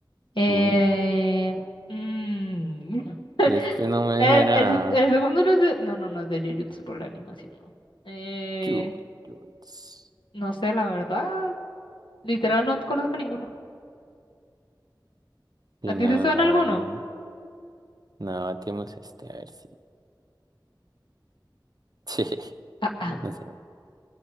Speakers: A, on the left (about 85°); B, on the right (about 55°).
A: Eh,
B: Uy, no.
A: mm,
B: De este no me
A: el,
B: suena
A: el-
B: nada.
A: el segundo no es de. No, no, no es de Jujutsu por la animación, no. Eh,
B: Yu- Yuts.
A: no sé, la verdad. Literal, no conozco ninguno.
B: Sí,
A: ¿A ti
B: no,
A: te suena
B: la
A: alguno?
B: verdad. No, No, bateamos este, a ver si. <laughs>
A: Ah, ah.
B: No sé.